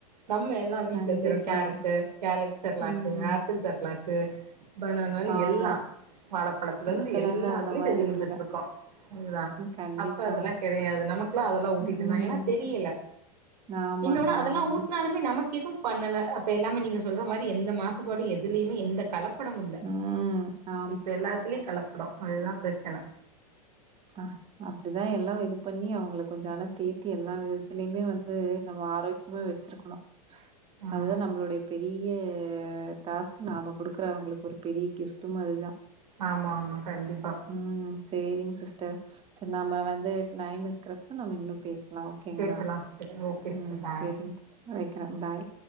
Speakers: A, on the right; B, on the right.
A: நம்ம எல்லா வீட்ல
B: கண்டிப்பா.
A: சேய்றோ கேரட்டு் கேரட் செர்லாக்கு
B: ம்.
A: ஆப் பிள் சர்லாக்கு பனானான்னு
B: ஆமா.
A: எல்லா வாழைப் பழத்துல இருந்து
B: இப்பலாம்
A: எல்லாத்துலயூ
B: தான் அந்த மாரி
A: செஞ்சு குடுத்துட்டு
B: இல்ல.
A: இருக்கோ அதுதா
B: கண்டிப்பா.
A: அப்ப அதெல்லா கெடையாது நமக்கெல்லா அதெல்லா ஊட்டிட்டு
B: ம்.
A: இருந்தாங்க ஏன்னா தெரியல
B: ஆமாங்க
A: இன்னொன்னு அதெல்லா
B: ஆமாங்க.
A: ஊட்னாலுமே நமக்கு எதுவூ பண்ணல அப்ப எல்லாமே நீங்க சொல்ற மாரி எந்த மாசுபாடூ எதுலேயுமே இல்ல கலப்படமும் உண்
B: ம் ஆ
A: இப்ப எல்லாத்திலியு கலப்டோ அதுதாம் பிரச்சன
B: ஆ அப்டிதா எல்லாவு இதுப் பண்ணி அவுங்ள கொஞ்சோ அனத் தேத்தி எல்லா விதத்துலியுமே வந்து நம்ம ஆரோக் க்கியமா வெச்சிருக்குணு அதுதா
A: ஆமா
B: நம்ளுடையப் பெரி ய்ய டாஸ்க்கு நாம குடுக்கறவுங்ளுக் ஒரு பெரிய கிஃப்ட்டு மாதிரிதா
A: ஆம ஆமா கண்டிப்பா
B: ம் சேரிங் சிஸ்டர் சேரி நம்ம வந்து நைம் இருக்கிறப்ப நம்ம இன்னும் பேச்லா ஓகேங்ளா
A: பேசலா சிஸ்டர் ஓகே சிஸ்டர்
B: ம்
A: பாய்
B: சேரிங்ச் வெக்றே பாய்